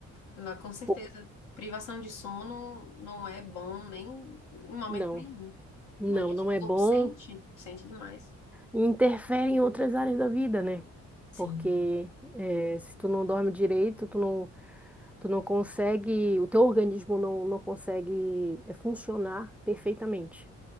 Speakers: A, on the left; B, in the centre.
A: Não, com certeza,
B: Pô,
A: privação de sono não é bom nem em momento
B: não,
A: nenhum.
B: não,
A: E
B: não é
A: o corpo
B: bom.
A: sente, sente demais.
B: E interfere em outras áreas da vida, né?
A: Sim,
B: Porque eh, se tu não dorme direito, tu não, tu não consegue, o teu organismo não, não consegue eh, funcionar perfeitamente.